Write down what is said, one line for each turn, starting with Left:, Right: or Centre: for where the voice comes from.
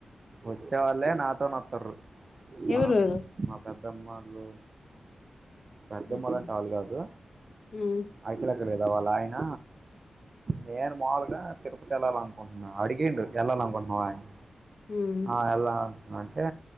Right: వచ్చే వాళ్ళే నాతోనత్తరు
Left: ఎవరెవరు
Right: మా పెద మా పెద్దమ్మాళ్ళు పెద్దమ్మలంటె
Left: ఉమ్
Right: ఆలు కాదు
Left: ఉమ్
Right: అకిలక్క లేదా వాళ్ళ ఆయన నేను మాములుగా తిరుపతి వెళ్ళాలనుకుంటున్నా అడిగిండు వెళ్లాలనుకుంటున్నావా అని
Left: ఉమ్
Right: ఆ ఎలా అంటే